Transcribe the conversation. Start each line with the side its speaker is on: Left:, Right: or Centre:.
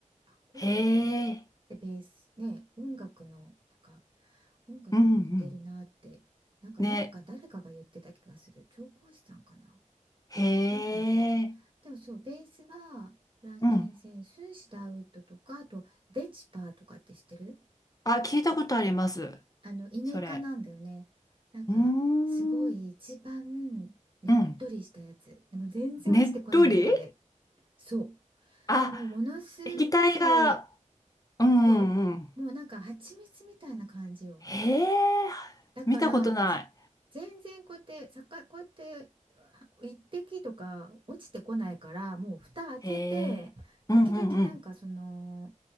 Right: アコードって
Left: へえ。
Right: でベースね音楽のなんか音楽に似てるなってなんかなんか誰かが言ってた気がする調香師さんかな
Left: うんうん。ね。へえ。
Right: なんだろうでもそうベースはフランキンセンスシダーウッドとかあとデチパーとかって知ってる
Left: うん。あ、聞いたことあります。
Right: あのイネなんだよねなんかすごい一番ねっとりしたやつでも全然落ちてこないのよあれ
Left: それ。うーん。うん。ねっとり
Right: そう
Left: あ、
Right: もうものすごい
Left: 液体が、うんうん。
Right: そうもうなんか蜂蜜みたいな感じよ
Left: うんへえ。
Right: だからもうぜ
Left: 見たことな
Right: 全然こうやってさかこうやってあ一滴とか落ちてこないからもう蓋開けて時々なんかその
Left: い。へえ。うんうんうん。